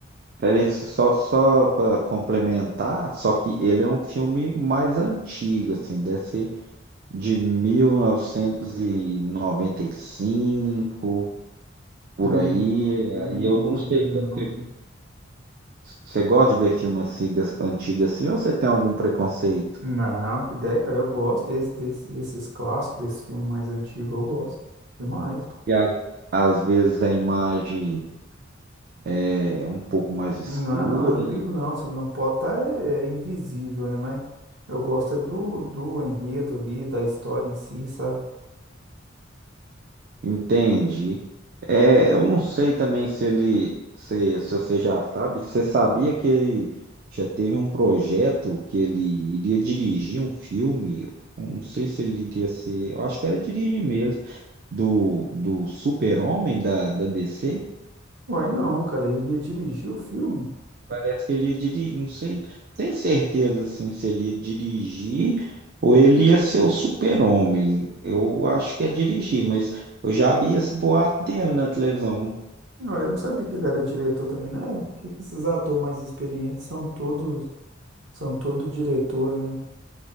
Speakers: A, on the right; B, on the right.
A: Peraí, só, só para complementar, só que ele é um filme mais antigo, assim, deve ser de mil novecentos e e noventa e cinco por
B: Hum,
A: aí.
B: não é
A: Aí
B: muito
A: eu
B: novo
A: não sei
B: mesmo,
A: se você,
B: não. né?
A: você gosta de ver filmes antigos, antigos assim ou você tem algum preconceito?
B: Não, que ideia, cara, eu gosto desse, desse, desses clássicos, desse filme mais antigo, eu gosto demais.
A: Porque às, às vezes a imagem é um pouco mais escura,
B: Não, eu não ligo não, sabe? Não pode estar é, é invisível, né? Mas eu gosto é do, do enredo ali, da história em si, sabe?
A: Entendi. É, eu não sei também se ele, se, se você já sabe, você sabia que ele já teve um projeto que ele iria dirigir um filme, eu não sei se ele iria ser, eu acho que era dirigir mesmo, do, do Super-Homem da, da DC,
B: Uai, não, cara, ele ia dirigir o filme?
A: parece que ele ia dirigir, não sei, tem certeza assim, se ele ia dirigir ou ele ia ser o Super-Homem, eu acho que é dirigir, mas eu já vi esse boato dele na televisão,
B: não eu não sabia que ele era diretor também, né? Por que que esses atores mais experientes são todos, são todo diretor, né?